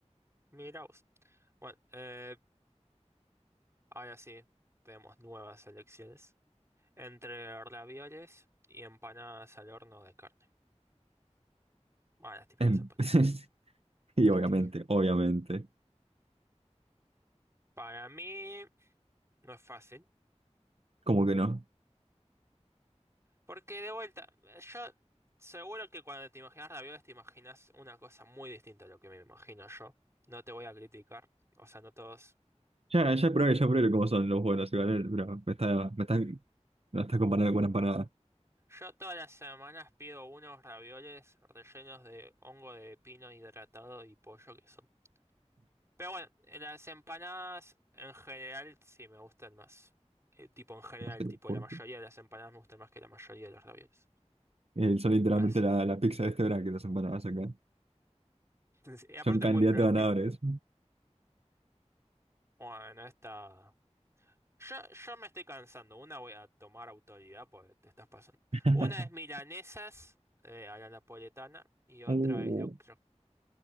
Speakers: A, on the right (about 25°); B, on the right (about 60°).
A: mira vos. Bueno, eh, ahora sí, tenemos nuevas elecciones entre ravioles y empanadas al horno de carne. Bueno, las típicas
B: Em,
A: empatadas.
B: <laughs> Y
A: Las
B: obviamente,
A: típicas.
B: obviamente.
A: Para mí no es fácil.
B: ¿Cómo que no?
A: Porque de vuelta, yo seguro que cuando te imaginas ravioles te imaginas una cosa muy distinta a lo que me imagino yo. No te voy a criticar. O sea, no todos.
B: Ya, ya probé, ya probé cómo son los buenos igual, eh, pero me está, me está, me la está comparando con una empanada.
A: Yo todas las semanas pido unos ravioles rellenos de hongo de pino hidratado y pollo que son. Pero bueno, las empanadas en general sí me gustan más. Eh, tipo en general,
B: No sé,
A: tipo
B: como
A: la mayoría
B: que-
A: de las empanadas me gustan más que la mayoría de los ravioles.
B: eh, son literalmente
A: Así
B: la, la pizza de este verano que las empanadas acá.
A: Sí, Y aparte
B: Son candidatos
A: muy práctico.
B: ganadores.
A: Bueno, esta... Yo, yo me estoy cansando. Una voy a tomar autoridad, pues te estás pasando.
B: <laughs>
A: Una es milanesas eh, a la napoletana y otra
B: Uh.
A: es locro.